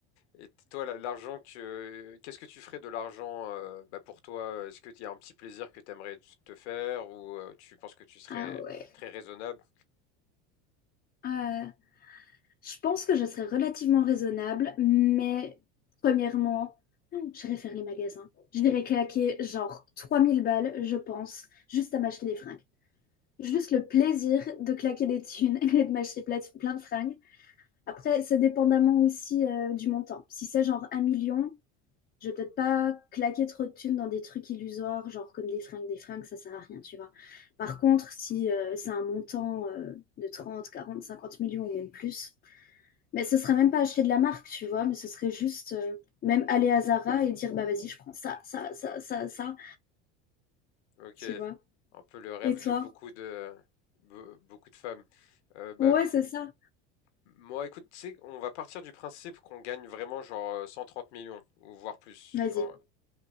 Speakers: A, on the left; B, on the left.
A: Et t- toi, la- l'argent que, qu'est-ce que tu ferais de l'argent euh, bah, pour toi? Est-ce que il y a un petit plaisir que tu aimerais te faire ou euh, tu penses que tu serais
B: Ah ouais.
A: très raisonnable?
B: Euh, je pense que je serais relativement raisonnable, mais premièrement, j'irais faire les magasins. Je dirais claquer genre 3000 balles, je pense, juste à m'acheter des fringues. Juste
A: Ok,
B: le plaisir de claquer des thunes <laughs> et de m'acheter plein de fringues. Après, ça dépendamment aussi euh, du montant. Si c'est genre un million, je vais peut-être pas claquer trop de thunes dans des trucs illusoires, genre comme des fringues, des fringues, ça sert à rien, tu vois. Par contre, si euh, c'est un montant euh, de 30, 40, 50 millions ou même plus, mais ce serait même pas acheter de la marque, tu vois, mais ce serait juste euh, même aller à Zara et dire, bah vas-y, je prends ça, ça, ça, ça, ça,
A: Ok.
B: tu vois.
A: Un peu le rêve
B: Et toi?
A: de beaucoup de be- beaucoup de femmes. Euh, bah,
B: Ouais,
A: m-
B: c'est ça.
A: moi, écoute, tu sais, on va partir du principe qu'on gagne vraiment genre euh, 130 millions ou voire plus,
B: Vas-y.
A: genre.